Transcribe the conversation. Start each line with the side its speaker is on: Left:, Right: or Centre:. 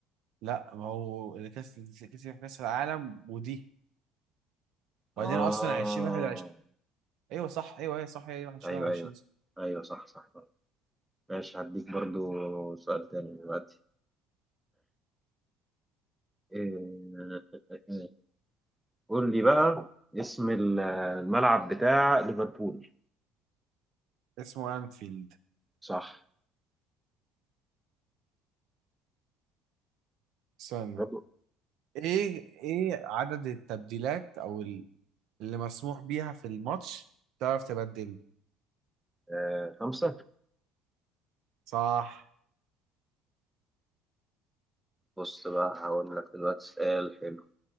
Right: لا ما هو اللي كاس اللي كسب كاس العالم ودي
Centre: اه
Right: وبعدين اصلا 2021 ايوه صح ايوه هي صح هي 21
Centre: ايوه ايوه ايوه صح صح ماشي هديك برضو سؤال تاني دلوقتي إيه- <laughs> قول لي بقى اسم ال- الملعب بتاع ليفربول
Right: اسمه انفيلد
Centre: صح
Right: استنى
Centre: برضو
Right: ايه ايه عدد التبديلات او ال- اللي مسموح بيها في الماتش تعرف تبدل
Centre: آه خمسة
Right: صح
Centre: بص بقى هقول لك دلوقتي سؤال حلو